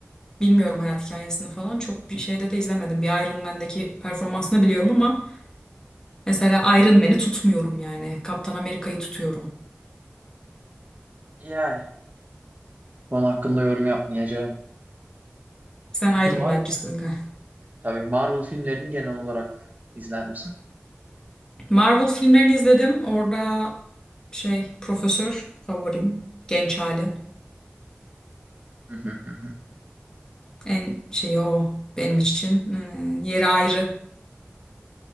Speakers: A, on the left; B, on the right.
A: bilmiyorum hayat hikayesini falan çok bir şeyde de izlemedim. Bir Iron Man'deki performansını biliyorum ama mesela Iron Man'i tutmuyorum yani. Kaptan Amerika'yı tutuyorum.
B: Yani. Konu hakkında yorum yapmayacağım.
A: Sen
B: Peki
A: Iron
B: Marvel,
A: Man'cisin galiba.
B: tabii Marvel filmlerini genel olarak izler misin?
A: Marvel filmlerini izledim. Orada şey profesör favorim. Genç hali.
B: Hı hı hı hı.
A: En şeyi o benim için. Ee, yeri ayrı.